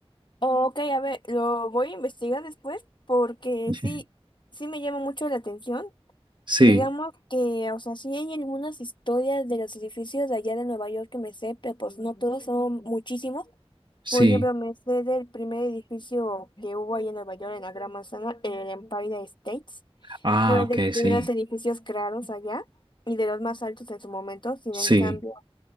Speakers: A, on the left (about 50°); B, on the right (about 50°).
A: Ok, a ver, lo voy a investigar después porque
B: <laughs>
A: sí, sí me llama mucho la atención.
B: Sí,
A: Digamos
B: sí,
A: que, o sea, sí hay algunas historias de los edificios de allá de Nueva York que me sé, pero pues no todos son muchísimos.
B: sí.
A: Por ejemplo, me sé del primer edificio que hubo ahí en Nueva York, en la Gran Manzana, el Empire States.
B: ah,
A: Fue
B: ok,
A: de los primeros
B: sí,
A: edificios creados allá y de los más altos en su momento. Sin
B: sí.
A: en cambio,